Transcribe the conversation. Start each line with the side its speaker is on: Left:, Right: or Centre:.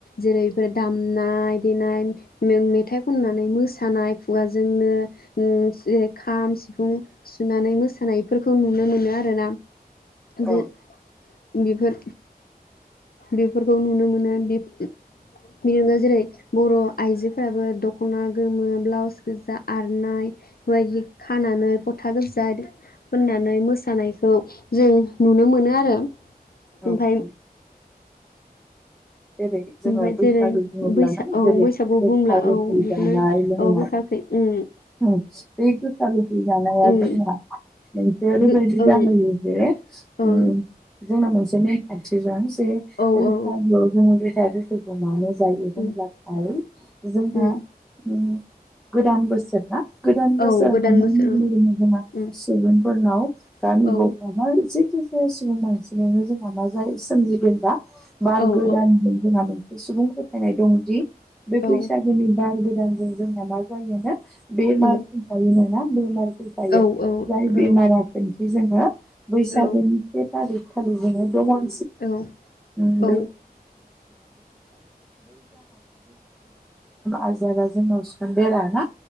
Left: जेरै फोर दामनाय देनाय मे मेथाइ खननानै मोसानाय खुगाजोंनो उम जेरै खाम सिफुं सुनानै मोसानायफोरखौ नुनो मोनो आरोना।
Centre: औ
Left: जे बेफोर बेफोरखौ नुनो मोनो बि बिनि जेरै बर' आइजोफोराबो दखना गोमो ब्लाउस गोजा आरनाय बेबायदि खानानै फथा गोजा होननानै मोसानायखौ जों नुनो मोनो आरो।
Centre: औ
Left: ओमफाय
Centre: औ। जेरै जोङो
Left: ओमफाय
Centre: बैसागो
Left: जेरै
Centre: बुङोब्लाना
Left: बैसा औ
Centre: जेरै
Left: बैसागु
Centre: गोखा
Left: बुंब्ला
Centre: गोखै
Left: औ बेखौनो
Centre: जानाय लोंनाय
Left: औ गोखा गोखै उम
Centre: उम बे गोखा गोखै जानाया
Left: उम
Centre: जोंहा मोनसे ओरैबायदि
Left: गो ओं
Centre: जाहोयो जे
Left: ओं
Centre: उम जोंना मोनसे नेम खान्थिजों बे
Left: औ
Centre: बैसागु
Left: औ
Centre: गोखा गोखै मानो जायो होनब्लाथाय
Left: उम
Centre: जोंना
Left: उम
Centre: उम गोदान बोसोरना गोदान बोसोर
Left: औ
Centre: हाबनायनायनि
Left: गोदान बोसोर ओं
Centre: लोगोनो जोंहा
Left: उम
Centre: सुबुं फोरनाव गामि
Left: औ
Centre: गंफा बा जे जेखि जाया सुबुं मानसिनावनो जोंहा मा जा सोमजिगोनबा
Left: औ
Centre: गोदान
Left: औ
Centre: <unintelligible> सुबुं फोथायनाय दं जि बे बैसागोनि
Left: औ
Centre: बार गो दानजों जोंना मा जायो नो बे मार
Left: उम
Centre: हुंखानिनोना बेमार जायो
Left: औ
Centre: जाय बेमारा
Left: औ
Centre: थोन जोङो बैसागनि
Left: औ
Centre: से सारिखालि जोङो दमन
Left: औ
Centre: <unintelligible> <unintelligible> <unintelligible> बेराम
Left: औ
Centre: आजारा जोंनाव संदेरा ना।